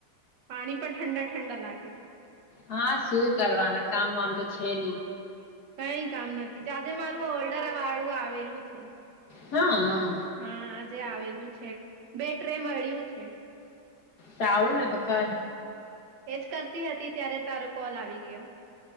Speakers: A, on the right; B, on the left.
A: પાણી પણ ઠંડા ઠંડા લાગે.
B: હા શું કરવાના કામ વામ તો છે નહી.
A: કઈ કામ નથી. આજે મારું ઓલ્ડર વાળું આવેલું છે.
B: હા હા
A: હા આજે આવેલું છે બેટ્રે મળ્યું છે.
B: સારું ને તો કર.
A: એજ કરતી હતી ત્યારે તારો કોલ આવી ગયો.